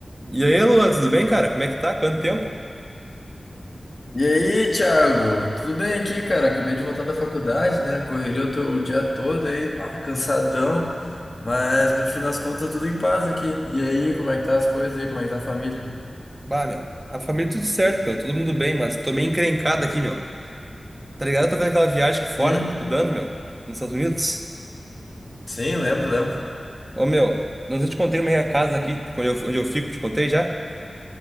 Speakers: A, on the right (about 25°); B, on the left (about 40°).
A: E aí, Luan, tudo bem, cara? Como é que tá? Quanto tempo?
B: E aí, Thiago? Tudo bem aqui, cara? Acabei de voltar da faculdade, né? Correria o, to- o dia todo aí, ah, cansadão, mas no fim das contas tudo em paz aqui. E aí, como é que tá as coisas aí? Como é que tá a família?
A: Bah, meu. A família tudo certo, meu. Todo mundo bem, mas tô meio encrencado aqui, meu. Tá ligado? Eu tô vendo aquela viagem aqui fora,
B: Hum?
A: estudando, meu. Nos Estados Unidos.
B: Sim, lembro, lembro.
A: Ô, meu. Não sei se eu te contei como é a casa aqui, tipo, onde eu, onde eu fico, te contei já?